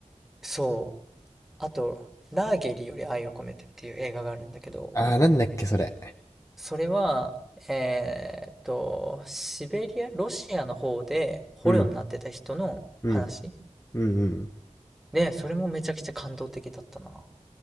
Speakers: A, in the centre; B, on the left (about 25°).
A: そうあと、ラーゲリより愛を込めてっていう映画があるんだけど、
B: あー、なんだっけそれ。
A: それは、えーっと、シベリア、ロシアの方で捕虜になってた人の話
B: うん。うん。うんうん。
A: で、それもめちゃくちゃ感動的だったな。